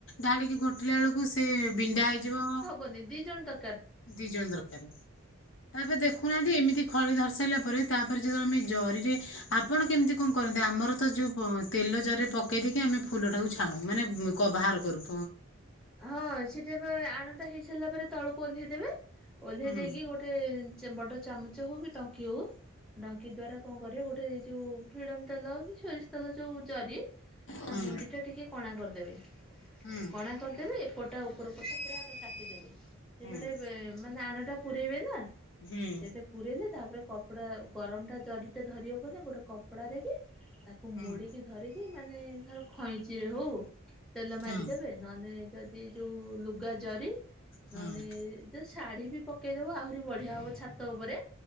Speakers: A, on the left; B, in the centre.
A: ଧାଳିକି ଗୋଟିଲା ବେଳକୁ ସେ ବିଣ୍ଡା ହେଇଯିବ।
B: ବନି ଦି ଜଣ ତା
A: ଦି ଜଣ ଦରକାର ତାପରେ ଦେଖୁନାହାନ୍ତି ଏମିତି ଖଳି ଧରିସାରିଲା ପରେ ତାପରେ ଯେତେବେଳେ ଆମେ ଜରିରେ ଆପଣ କେମିତି କଣ କରନ୍ତି ଆମର ତ ଯୋଉ ତେଲ ଜରିରେ ପକେଇ ଦେଇକି ଆମେ ଫୁଲଟାକୁ ଛାଣୁ ମାନେ କ ବାହାର କରୁ
B: ହଁ ସେଟା ବା ଆଣଟା ହେଇ ସାରିଲା ପରେ ତଳୁକୁ ଓଲେହିଦେବେ। ଓହ୍ଲେଇ
A: ହୁଁ
B: ଦେଇକି ଗୋଟେ ଚ୍ ବଡ ଚାମଚ ହଉ କି ଟଙ୍କି ହଉ ଡଙ୍କି ଦ୍ଵାରା କଣ କରିବେ ଗୋଟେଇ ଯୋଉ ଫିଡମ ତେଲ କି ସୋରିଷ ତେଲ ଯୋଉ ଜରି ତା
A: ହୁଁ
B: ମୁଣ୍ଡି ଟା ଟିକେ କଣା କରିଦେବେ।
A: ହୁଁ।
B: କଣା କରିଦେବେ ଏପଟା ଉପର ପଟା ପୁରା କାଟିଦେବେ ସେପଟେ
A: ହୁଁ
B: ମାନେ ଆଣ ଟା ପୁରଇବେ ନା
A: ହୁଁ
B: ସେଇଟା ପୁରଇଲେ ତାପରେ କପଡା ଗରମ ଟା ଜରିଟା ଧରିହବ ନା ଗୋଟେ କପଡ଼ ଡାରେ କି? ତାକୁ
A: ହୁଁ
B: ମୋଡିକି ଧରିକି ମାନେ ଧର ଖଇଁଚି ରେ ହଉ ତେଲ ମାରିଦେବେ
A: ହୁଁ
B: ନହେନେ ଯଦି ଯୋଉ ଲୁଗା ଜରି
A: ହଁ
B: ନହେଲେ ଯୋଉ ଶାଢୀ ବି ପକେଇଦବୁ ଆହୁରି ବଢିଆ ହବ ଛାତ ଉପରେ